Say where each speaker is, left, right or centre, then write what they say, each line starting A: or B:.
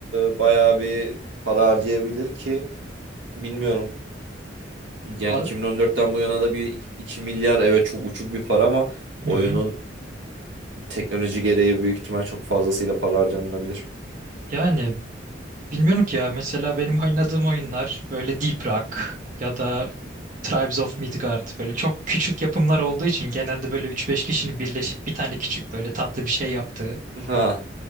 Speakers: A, on the right; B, on the right.
A: e, bayağı bir para harcayabilir ki bilmiyorum. Yani
B: Ar-
A: 2014'ten bu yana da bir 2 milyar evet çok uçuk bir para ama oyunun
B: hı hı.
A: teknoloji gereği büyük ihtimal çok fazlasıyla para harcanılabilir. <laughs>
B: Yani Bilmiyorum ki ya. Mesela benim oynadığım oyunlar böyle Deep Rock ya da Tribes of Midgard böyle çok küçük yapımlar olduğu için genelde böyle üç beş kişinin birleşip bir tane küçük böyle tatlı bir şey yaptığı.
A: Ha,